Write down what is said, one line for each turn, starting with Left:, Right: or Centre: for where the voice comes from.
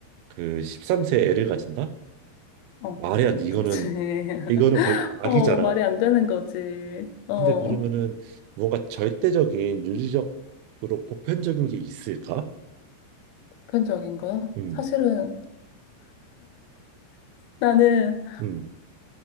Right: 그 13세 애를 가진다?
Left: 어,
Right: 말이 안 돼. 이거는
Left: 그치, <laughs>
Right: 이거는 거의 악이잖아.
Left: 어, 말이 안 되는 거지, 어,
Right: 근데 그러면은 뭔가 절대적인 윤리적으로 보편적인 게 있을까?
Left: 보편적인 거
Right: 음,
Left: 사실은 나는
Right: 음,